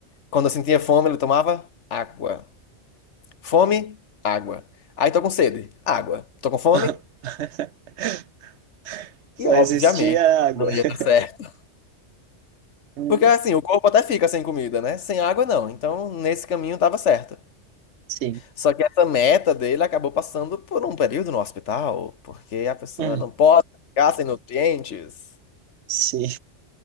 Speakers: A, on the left; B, on the right.
A: Quando eu sentia fome, ele tomava água. Fome, água. Aí tô com sede, água. Tô com fome
B: <laughs> Só
A: e, obviamente,
B: existia água.
A: não ia dar certo.
B: <laughs> Uhum,
A: Porque assim, o corpo até fica sem comida, né? Sem água não. Então, nesse caminho tava certo.
B: sim,
A: Só que essa meta dele acabou passando por um período no hospital, porque a pessoa
B: uhum,
A: não pode ficar sem nutrientes.
B: sim.